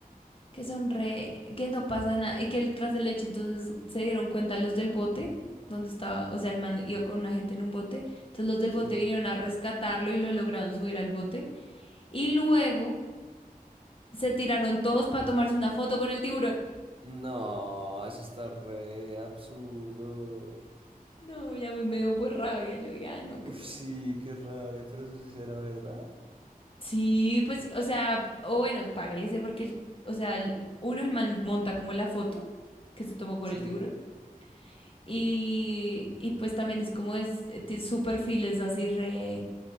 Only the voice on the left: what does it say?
que son re, que no pasa nada, y que el- tras el hecho entonces se dieron cuenta los del bote, donde estaba, o sea, el man iba con una gente en un bote, entonces los del
bote vinieron a rescatarlo y lo lograron subir al bote, y luego se tiraron todos para tomarse una foto con el tiburón.
No, ya me, me dio pues rabia, yo ya no, qué
pena.
Sí, pues, o sea, o bueno, parece, porque, el- o sea, el- uno, el man monta como la foto que se tomó con
el tiburón. Y, y pues también es como es, eh, tiene su perfil es así re,